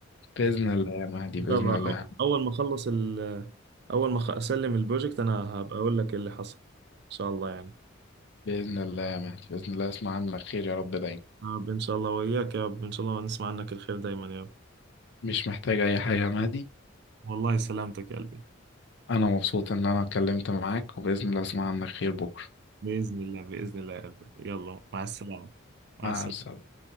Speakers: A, on the left; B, on the right.
A: بإذن الله يا مهدي
B: ان
A: بإذن
B: شاء الله
A: الله
B: أو- اول ما اخلص ال اول ما أخ- اسلم البروجكت انا هبقى اقول لك اللي حصل ان شاء الله يعني
A: بإذن الله يا مهدي بإذن الله أسمع عنك خير يا رب دايما
B: يا رب ان شاء الله وياك يا رب ان شاء الله نسمع عنك الخير دايما يا رب
A: مش محتاج أي حاجة يا مهدي
B: والله سلامتك يا قلبي
A: أنا مبسوط إن أنا اتكلمت معاك وبإذن الله أسمع عنك خير بكرة
B: بإذن الله بإذن الله يا قلبي يلا مع السلامة مع
A: مع
B: السلامة
A: السلامة